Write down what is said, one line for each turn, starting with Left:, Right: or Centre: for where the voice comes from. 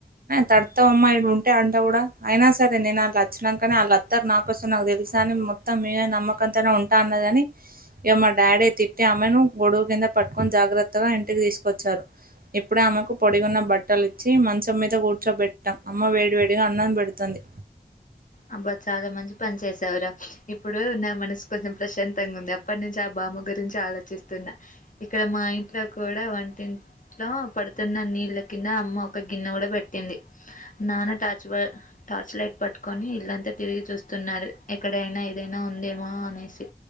Right: తడుతవు అమ్మయి ఇడ అంట కూడా అయినా సరే నేను వాళ్ళ అచ్చినంకనే కాని వాళ్ళస్తారు నాకోసం నాకు తెలుసా అని మొత్తం మీ నమ్మకం అంతనే ఉంటా అన్నగాని ఇక మా డాడీ తిట్టి ఆమెను గొడుగు కింద పట్టుకొని జాగ్రత్తగా ఇంటికి తీసుకొచ్చారు ఇప్పుడే ఆమెకు పొడిగున్న బట్టలు ఇచ్చి మంచం మీద కూర్చోబెట్టం అమ్మ వేడివేడిగా అన్నం పెడుతుంది
Left: అబ్బా చాలా మంచి పని చేసావు రా ఇప్పుడు నా మనసు కొంచెం ప్రశాంతంగా ఉంది అప్పటి నుంచి అబ్బా బామ్మ గురించి ఆలోచిస్తున్నా ఇక్కడ మా ఇంట్లో కూడా వంటి ఇంట్లో పడుతున్న నీళ్ళ కింద అమ్మ ఒక గిన్నె కూడా పెట్టింది నాన్న టాచ్ టార్చ్ లైట్ పట్టుకొని ఇళ్లంతా తిరిగి చూస్తున్నారు ఎక్కడైనా ఏదైనా ఉందేమో అనేసి